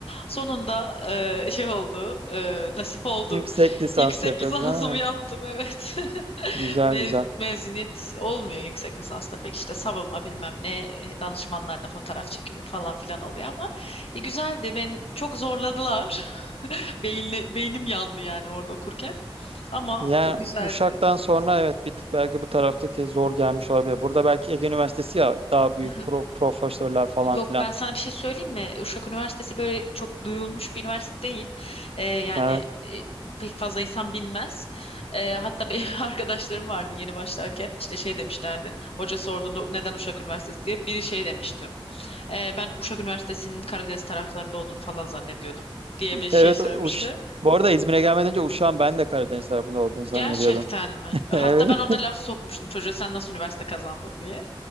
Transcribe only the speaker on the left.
Sonunda e, şey oldu e, nasip oldu.
Yüksek
lisansımı
yaptım evet. <laughs>
Mez-
mezuniyet olmuyor yüksek lisansta pek işte savunma bilmem ne e, danışmanlarla fotoğraf çekimi falan filan oluyor ama e, güzeldi ben çok zorladılar <laughs> Beyinle, beynim yandı yani orada okurken ama
e, güzeldi.
Hı hı.
Yok
ben sana bir şey söyleyeyim mi? Uşak Üniversitesi böyle çok duyulmuş bir üniversite değil. E, yani
e, pek fazla insan bilmez. E, hatta benim <laughs> arkadaşlarım vardı yeni başlarken işte şey demişlerdi. Hoca sorduğunda neden Uşak Üniversitesi diye biri şey demişti. Ee, ben Uşak Üniversitesi'nin Karadeniz taraflarında olduğunu falan zannediyordum diye bir şey
söylemişti.
Gerçekten mi?
Hatta
ben orada laf sokmuştum çocuğa sen nasıl üniversite kazandın diye.